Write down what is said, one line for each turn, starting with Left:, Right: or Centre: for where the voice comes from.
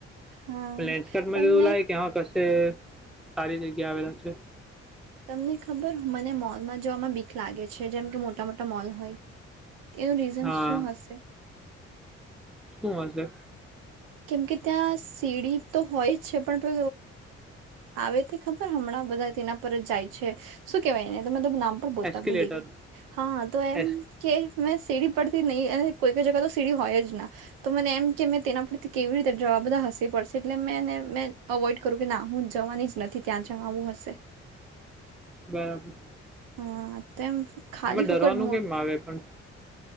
Right: હા
Centre: લેન્ચ કટમાં
Right: તમને
Centre: જેવું લાયક કશે સારી જગ્યા આવેલા છે
Right: તમને ખબર મને મોલમાં જોવામાં બીખ લાગે છે જેમ કે મોટા મોટા મોલ હોય એવું રીઝન
Centre: હા
Right: શું હશે
Centre: શું હશે
Right: કેમ કે ત્યાં સીડી તો હોય જ છે પણ પ આવે તે ખબર હમણાં બધા તેના પર જ જાય છે શું કેવાયનેમે બોલતા
Centre: એસ્કલેટર
Right: ભૂલી ગઈ હા તો એમ
Centre: એસ
Right: કે મેં સીડી પરથી નહીં અને કોઈ કઈ જગા તો સીડી હોય જ ના તો મને એમ કે મેં તેના પરથી કેવી રીતે જવા બધા હસી પડશે એટલે મેને મેં અવોઈડ કરું કે ના હું જવાની જ નથી ત્યાં જવા આવુંશે હ
Centre: બરાબર
Right: હા તેમ ખાલી
Centre: એમાં ડરવાનું
Right: ફોકટ મોટી
Centre: કેમ આવે પણ